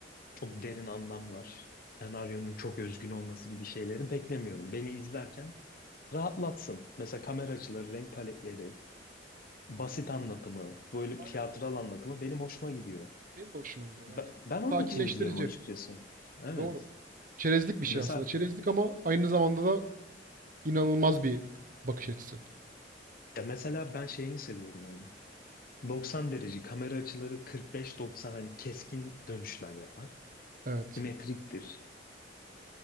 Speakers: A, on the left; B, on the right.
A: çok derin anlamlar, senaryonun çok özgün olması gibi şeyleri beklemiyorum. Beni izlerken rahatlatsın. Mesela kamera açıları, renk paletleri, basit anlatımı, böyle
B: Aynen
A: tiyatral
B: öyle.
A: anlatımı benim hoşuma gidiyor.
B: Benim de hoşuma gidiyor.
A: Ben,
B: Yani
A: ben onun
B: sakinleştirici.
A: için izliyorum açıkçası. Evet.
B: Doğru. Çerezlik bir şey
A: Mesela
B: aslında. Çerezlik ama aynı zamanda da inanılmaz bir bakış açısı.
A: ya mesela ben şeyini seviyorum onun. 90 derece kamera açıları 45-90 hani keskin dönüşler yapar.
B: Evet.
A: Simetriktir.